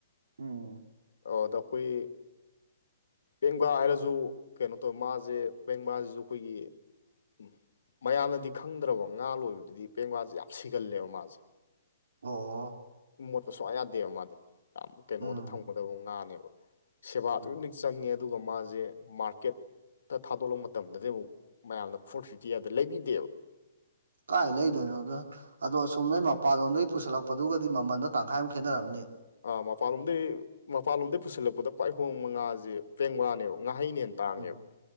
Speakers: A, on the right; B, on the left.
A: ꯎꯝ
B: ꯑꯣ ꯑꯗ ꯑꯩꯈꯣꯏ ꯄꯦꯡꯕꯥ ꯍꯥꯏꯔꯖꯨ ꯀꯩꯅꯣ ꯇꯧꯋꯦ ꯃꯥꯁꯦ ꯄꯦꯡꯕꯥꯖꯤꯖꯨ ꯑꯈꯣꯏꯒꯤ ꯎꯝ ꯃꯌꯥꯝꯅꯗꯤ ꯈꯪꯗ꯭ꯔꯕ ꯉꯥ ꯂꯣꯏꯕꯗꯨꯗꯤ ꯄꯦꯡꯕꯥꯖꯦ ꯌꯥꯝ ꯁꯤꯒꯜꯂꯦꯕ ꯃꯥꯖꯦ
A: ꯑꯣ
B: ꯃꯣꯠꯄ ꯁꯨꯛꯌꯥ ꯌꯥꯗꯦꯕ ꯃꯥꯗꯤ ꯌꯥꯝ ꯀꯩꯅꯣꯗ
A: ꯎꯝ
B: ꯊꯝꯒꯗꯕ ꯉꯥꯅꯦꯕ ꯁꯦꯕꯥ ꯑꯗꯨꯛꯀꯤ
A: ꯎꯝ
B: ꯃꯇꯤꯛ ꯆꯪꯉꯦ ꯑꯗꯨꯒ ꯃꯥꯖꯦ ꯃꯥꯔꯀꯦꯠ ꯇꯥ ꯊꯥꯗꯣꯛꯂꯛꯄ ꯃꯇꯝꯗꯗꯤ ꯑꯃꯨꯛ ꯃꯌꯥꯝꯅ ꯐꯣꯔ ꯐꯤꯐꯇꯤ ꯑꯗ ꯂꯩꯕꯤꯗꯦꯕ
A: ꯀꯥꯏ ꯂꯩꯗꯣꯏꯅꯣꯗ ꯑꯗꯣ ꯑꯁꯣꯝꯗꯒꯤ ꯃꯄꯥꯟꯂꯣꯝꯗꯒꯤ ꯄꯨꯁꯜꯂꯛꯄꯗꯨꯒꯗꯤ ꯃꯃꯜꯗꯣ ꯇꯪꯈꯥꯏꯃꯨꯛ ꯈꯦꯠꯅꯔꯝꯅꯤ
B: ꯑꯥ ꯃꯄꯥꯟ ꯂꯣꯝꯗꯩ ꯃꯄꯥꯟꯂꯣꯝꯗꯒꯤꯩ ꯄꯨꯁꯤꯜꯂꯛꯄꯗ ꯈ꯭ꯋꯥꯏ ꯍꯣꯡꯕ ꯉꯥꯖꯦ ꯄꯦꯡꯕꯅꯦꯕ ꯉꯥꯍꯩꯅꯦ ꯇꯥꯡꯉꯦꯕ
A: ꯎꯝ